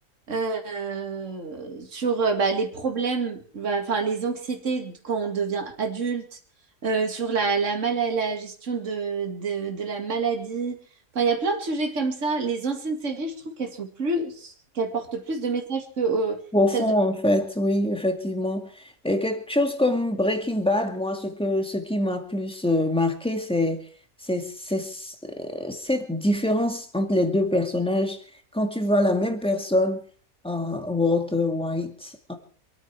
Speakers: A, on the right; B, in the centre.
A: euh, sur euh, bah, les problèmes, bah, enfin les anxiétés quand on devient adulte, euh, sur la, la, mala- la gestion de, de, de la maladie, enfin il y a plein de sujets comme ça. Les anciennes séries, je trouve qu'elles sont plus, qu'elles portent plus de messages que euh,
B: Profond,
A: celles de...
B: en fait, oui, effectivement. Et quelque chose comme Breaking Bad, moi, ce que, ce qui m'a plus euh, marqué, c'est, c'est, c'est ce- euh, cette différence entre les deux personnages. Quand tu vois la même personne, euh, Walter White,